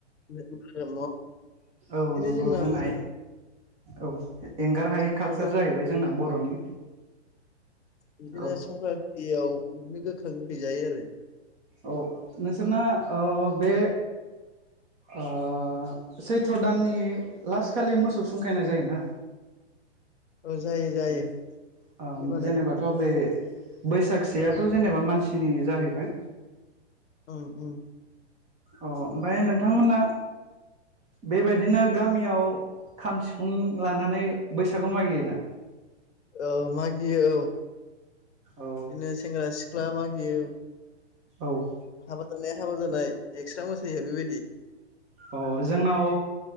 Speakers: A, on the left; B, on the right.
A: धोरोम नङा,
B: औ
A: बिदिनो
B: नंगौ जोंना
A: बैसागु
B: औ एंगार हायै
A: संक्रान्ति
B: कालचार जाहैबाय जोंना बर'नि।
A: बिदिनो
B: औ
A: संक्रान्तियाव बिदिनो गोखा गोखै जायो आरो।
B: औ नोंसोरना ओ बे ओ सैथ्र' दाननि लास्ट खालि मोसौ सुंखायनाय जायोना?
A: <inaudible> जायो
B: जे ओ
A: बिदि बानायो
B: जेनेबाथ' बे बैसागसेयाथ' जेनेबा मानसिनि जाहैबाय।
A: औ औ।
B: अ' ओमफ्राय नोंथांमोना बेबायदिनो गामियाव खाम सिफुं लानानै बैसागु मागियो दा?
A: औ मागियो औ
B: औ
A: बिदिनो सेंग्रा सिख्ला मागियो ।
B: औ।
A: हाबा जानाया हाबा जानाय एक्सट्रा मोसायो बेबायदि
B: अ' जोंनाव